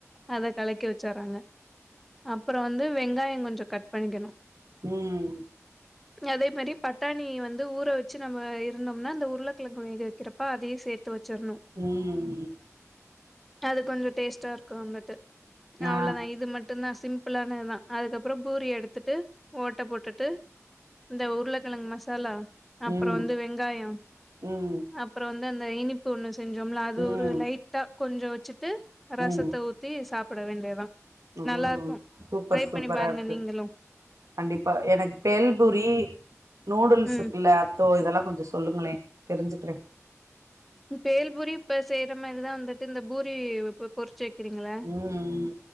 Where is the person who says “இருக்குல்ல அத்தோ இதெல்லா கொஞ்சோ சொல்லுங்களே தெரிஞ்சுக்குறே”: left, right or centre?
Right